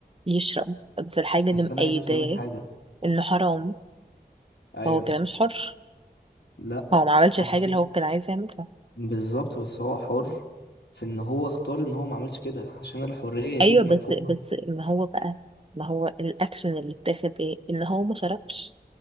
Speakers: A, on the right; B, on the left.
A: يشرب بس الحاجة اللي
B: بس
A: مقيداه
B: انا عايز افهمك حاجه
A: انه حرام
B: ايوه
A: فهو كده مش حر
B: لا
A: هو ما عملش
B: بس
A: الحاجة
B: هو حر
A: اللي هو كان عايز يعملها
B: بالظبط بس هو حر في ان هو اختار ان هو ما عملش كده عشان الحريه
A: ايوه
B: دي بمفهومها
A: بس بس ما هو بقى ما هو الاكشن اللي اتاخد ايه ان هو ما شربش